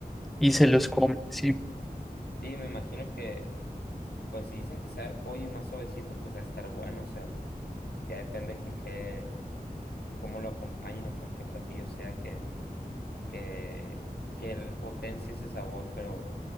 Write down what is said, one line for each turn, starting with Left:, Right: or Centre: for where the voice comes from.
Centre: y
Left: Ujú.
Centre: se los comen, sí,
Left: Sí, me imagino que, pues si dicen que sabe a pollo y más suavecito, pues a estar bueno, o sea, ya depende con qué, cómo lo acompañen o con qué platillo sea que, que, que el- potencie ese sabor, pero